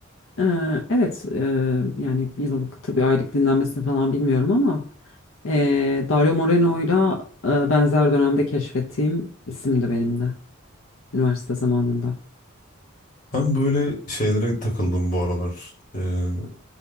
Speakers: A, on the left; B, on the left.
A: E, evet e, yani yıllık tabii aylık dinlenmesini falan bilmiyorum ama e, Dario Moreno'yla e, benzer dönemde keşfettiğim isimdi benim de üniversite zamanında.
B: Ben böyle şeylere takıldım bu aralar. Ee,